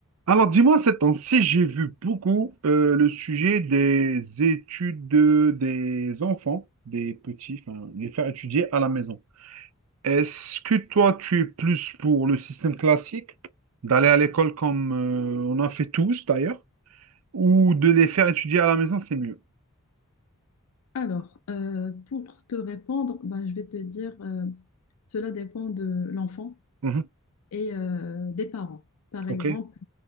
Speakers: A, on the right; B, on the left.
A: Alors, dis-moi, ces temps-ci, j'ai vu beaucoup euh, le sujet des études euh, des enfants, des petits, enfin, les faire étudier à la maison. Est-ce que toi, tu es plus pour le système classique, d'aller à l'école comme euh, on en fait tous d'ailleurs, ou de les faire étudier à la maison, c'est mieux?
B: Alors, euh, pour te répondre, ben, je vais te dire, euh, cela dépend de l'enfant
A: Mhm.
B: et euh, des parents. Par
A: OK.
B: exemple,